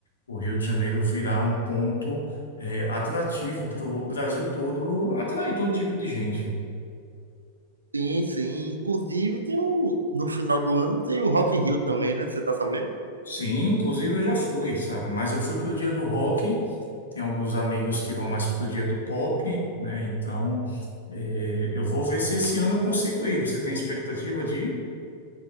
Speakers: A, on the left; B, on the right.
A: O Rio de Janeiro virá um ponto é, atrativo para o Brasil todo, atrair todo tipo de gente.
B: Sim, sim. Inclusive tem o... no final do ano tem o Rock in Rio também, né? Você tá sabendo?
A: Sim, inclusive eu já fui, sabe? Mas eu fui para o dia do rock, tem alguns amigos que vão mais para o dia do pop, né? Então, é, eu vou ver se esse ano eu consigo ir. Você tem expectativa de ir?